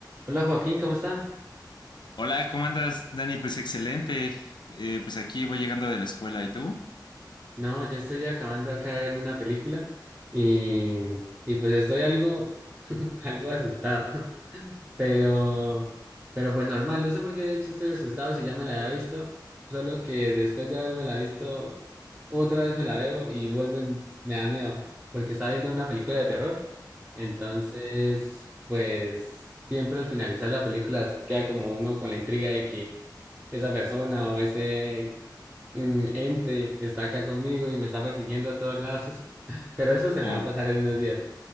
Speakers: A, on the right; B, on the left.
A: Hola Joaquín, ¿cómo está?
B: Hola, ¿cómo andas, Dani? Pues excelente. Eh, pues aquí voy llegando de la escuela, ¿y tú?
A: No, yo estoy acabando acá de ver una película y, y pues estoy algo, <laughs> algo asustado, <laughs> pero, pero pues normal, no sé por qué de hecho estoy asustado si ya me la había visto, solo que después de haberme la visto, otra vez me la veo y vuelvo y me da miedo, porque estaba viendo una película de terror, entonces pues siempre al finalizar la película queda como uno con la intriga de que esa persona o ese mm, ente está acá conmigo y me está persiguiendo a todos lados. <laughs> Pero eso se me
B: O
A: va a pasar en unos días.